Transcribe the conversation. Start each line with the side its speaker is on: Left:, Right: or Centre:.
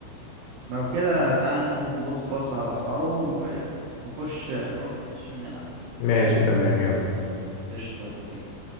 Right: لو كده تعالى ننزل نبص بص على أسعارهم ونخش نروح بلاي ستيشن نلعب
Left: ماشي تمام يلا
Right: قشطة يلا بينا